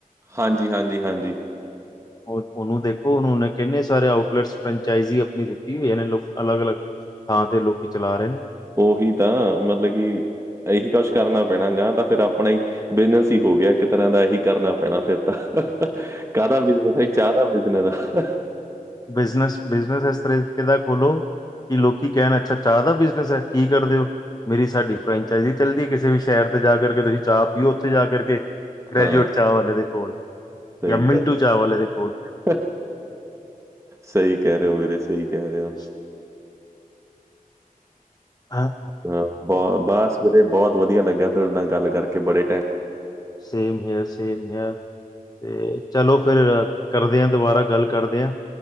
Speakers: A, on the right; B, on the left.
A: ਹਾਂਜੀ- ਹਾਂਜੀ- ਹਾਂਜੀ।
B: ਉਹਨੂੰ ਦੇਖੋ ਉਹਨੂੰ ਉਹੇ ਕਿਨੇ ਸਾਰੇ ਆਊਟਲੈਟਸ ਫਰੰਚਾਈਜ਼ ਆਪਣੀ ਦਿੱਤੀ ਈ ਇਹ ਨੇ ਅਲੱਗ ਅਲੱਗ ਥਾਂਹ ਤੇ ਲੋਕੀ ਚਲਾ ਰਹੇ ਨੇ
A: ਉਹੀ ਤਾਂ ਮਤਲਬ ਕਿ ਇਹੀ ਕੁਛ ਕਰਨਾ ਪੈਣਾ ਗਾ ਤਾਂ ਫਿਰ ਆਪਣਾ ਹੀ ਬਿਜਨਸ ਹੀ ਹੋ ਗਿਆ ਇੱਕ ਤਰ੍ਹਾਂ ਦਾ ਇਹੀ ਕਰਨਾ ਪੈਣਾ ਫੇਰ ਤਾਂ। ਕਾਹਦਾ ਬਿਜਨਸ ਹੈ? ਬਈ ਚਾਹ ਦਾ ਬਿਜਨਸ ਐ
B: ਬਿਜਨਸ-ਬਿਜਨਸ ਇਸ ਤਰੀਕੇ ਦਾ ਖੋਲੋ ਕਿ ਲੋਕੀ ਕਹਿਣ ਅੱਛਾ ਚਾਹ ਦਾ ਬਿਜਨਸ ਐ, ਕੀ ਕਰਦੇ ਓ ਮੇਰੀ ਸਾਡੀ ਫਰੈਂਚਾਈਜ਼ ਚੱਲਦੀ ਐ, ਕਿਸੇ ਵੀ ਸ਼ਹਿਰ ਤੇ ਜਾ ਕਰਕੇ, ਤੁਸੀਂ ਚਾਹ ਪੀਓ ਉੱਥੇ ਜਾ ਕਰਕੇ ਗ੍ਰੈਜੂਏਟ
A: ਹਾਂ
B: ਚਾਹ ਵਾਲੇ ਦੇ ਕੋਲ,
A: ਸਹੀ
B: ਜਾਂ ਮਿੰਟੂ
A: ਕਹਿ
B: ਚਾਹ ਵਾਲੇ ਦੇ ਕੋਲ
A: ਰਹੇ ਸਹੀ ਕਹਿ ਰਹੇ ਹੋ, ਵੀਰੇ ਸਹੀ ਕਹਿ ਰਹੇ ਹੋ
B: <inaudible> ਹਾਂ
A: ਹ ਬਹੁ ਬਸ ਵੀਰੇ ਬਹੁਤ ਵਧੀਆ ਲੱਗਿਆ ਤੁਹਾਡੇ ਨਾਲ ਗੱਲ ਕਰਕੇ ਬੜੇ time
B: same here, same here ਤੇ ਚਲੋ ਫੇਰ ਕਰਦੇ ਹਾਂ, ਦੁਬਾਰਾ ਗੱਲ ਕਰਦੇ ਹਾਂ,